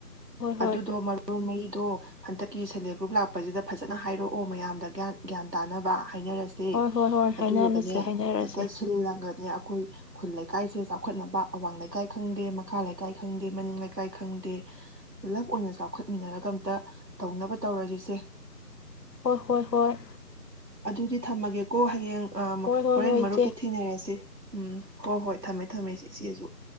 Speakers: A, on the left; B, on the right.
A: ꯍꯣꯏ
B: ꯑꯗꯨꯗꯣ
A: ꯍꯣꯏ
B: ꯃꯔꯣꯟ ꯃꯔꯤꯗꯣ ꯍꯟꯗꯛꯀꯤ ꯁꯦꯜꯐ ꯍꯦꯜꯞ ꯒ꯭ꯔꯨꯞ ꯂꯥꯛꯄꯁꯤꯗ ꯐꯖꯅ ꯍꯥꯏꯔꯛꯑꯣ ꯃꯌꯥꯝꯗ ꯒꯌꯥꯟ ꯒ꯭ꯌꯥꯟ ꯇꯥꯅꯕ ꯍꯥꯏꯅꯔꯁꯦ꯫
A: ꯍꯣꯏ - ꯍꯣꯏ - ꯍꯣꯏ
B: ꯑꯗꯨꯗꯨꯒꯅꯦ
A: ꯍꯥꯏꯅꯂꯁꯦ - ꯍꯥꯏꯅꯔꯁꯦ꯫
B: ꯍꯦꯛꯇ ꯁꯤꯜꯂꯒꯅꯦ ꯑꯩꯈꯣꯏ ꯈꯨꯜ ꯂꯩꯀꯥꯏꯁꯦ ꯆꯥꯎꯈꯠꯅꯕ ꯑꯋꯥꯡ ꯂꯩꯀꯥꯏ ꯈꯪꯗꯦ ꯃꯈꯥ ꯂꯩꯀꯥꯏ ꯈꯪꯗꯦ ꯃꯅꯤꯡ ꯂꯩꯀꯥꯏ ꯈꯪꯗꯦ ꯄꯨꯂꯞ ꯑꯣꯏꯅ ꯆꯥꯎꯈꯠꯃꯤꯟꯅꯔꯒ ꯑꯝꯇ ꯇꯧꯅꯕ ꯇꯧꯔꯁꯤꯁꯦ꯫
A: ꯍꯣꯏ- ꯍꯣꯏ- ꯍꯣꯏ꯫
B: ꯑꯗꯨꯗꯤ ꯊꯝꯃꯒꯦ꯫ ꯀꯣ ꯍꯌꯦꯡ ꯑ
A: ꯍꯣꯏ ꯍꯣꯏ
B: ꯍꯣꯔꯦꯟ
A: ꯍꯣꯏ
B: ꯃꯔꯨꯞꯛꯇ
A: ꯏꯆꯦ
B: ꯊꯦꯡ ꯅꯔꯁꯤ꯫ ꯎꯝ ꯍꯣꯏ - ꯍꯣꯏ ꯊꯝꯃꯦ - ꯊꯝꯃꯦ ꯏꯆꯦꯁꯨ꯫ <inaudible>